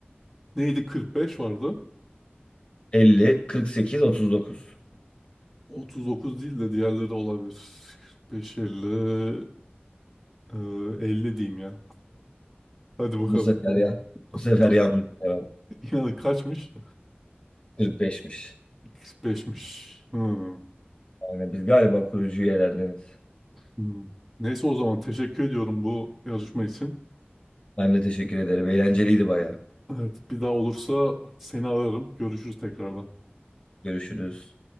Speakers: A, in the centre; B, on the left.
A: Neydi 45 vardı.
B: 50, 48, 39.
A: 39 değil de diğerleri olabilir. 45 50 e, 50 diyeyim ya. Hadi bakalım.
B: Bu sefer ya.
A: <laughs>
B: Bu sefer yanlış cevap.
A: Yani kaçmış?
B: 45'miş.
A: 45'miş. Hmm.
B: Yani biz galiba kurucu üyelerdeniz.
A: Hmm. Neyse o zaman teşekkür ediyorum bu yarışma için.
B: Ben de teşekkür ederim. Eğlenceliydi bayağı.
A: Evet bir daha olursa seni ararım. Görüşürüz tekrardan.
B: Görüşürüz.